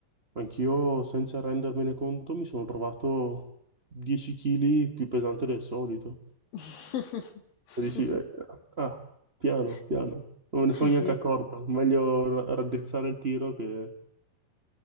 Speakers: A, on the right (about 45°); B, on the left (about 70°).
A: anch'io senza rendermene conto mi sono trovato 10 kg più pesante del solito.
B: <laughs>
A: E dici, eh, ah, ah, piano,
B: <laughs>
A: piano, non me ne sono
B: Sì, sì.
A: neanche accorto, meglio ra- raddrizzare il tiro che...